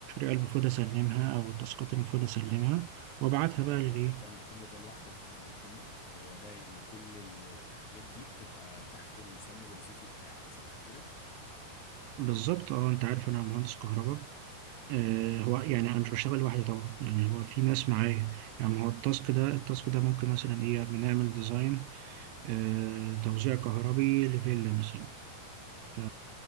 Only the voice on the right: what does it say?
اللي المفروض اسلمها او التاسكات اللي المفروض اسلمها وابعتها بقى للايه
بالظبط اه انت عارف انا مهندس كهرباء آه
هو يعني انا مش بشتغل لوحدي طبعا يعني هو في ناس معايا يعني هو التاسك ده التاسك ده ممكن مثلا ايه بنعمل ديزاين آه، توزيع كهربي لفيلا مثلا ف